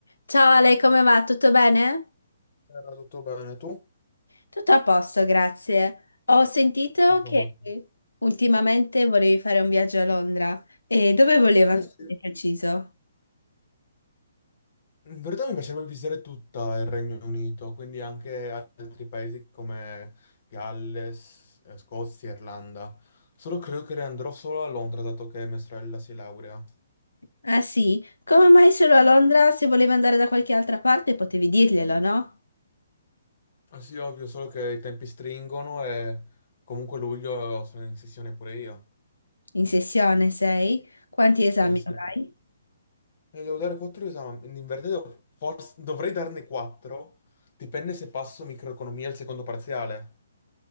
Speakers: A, on the left; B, on the left.
A: Ciao Ale, come va? Tutto bene?
B: Era tutto bene, tu?
A: Tutto a posto, grazie. Ho sentito
B: Tutto
A: che
B: molto-
A: ultimamente volevi fare un viaggio a Londra. E dove volevi andare
B: Eh sì,
A: di preciso?
B: in verità mi piacerebbe visitare tutta il Regno Unito, quindi anche altri paesi come Galles, eh, Scozia, Irlanda. Solo credo che andrò solo a Londra, dato che mia sorella si laurea.
A: Ah sì? Come mai solo a Londra? Se volevi andare da qualche altra parte potevi dirglielo, no?
B: Ah sì, ovvio, solo che i tempi stringono e comunque luglio sono in sessione pure io.
A: In sessione sei? Quanti esami
B: Eh sì.
A: avrai?
B: E devo dare quattro esami, in verità devo- forse- dovrei darne quattro, dipende se passo microeconomia al secondo parziale.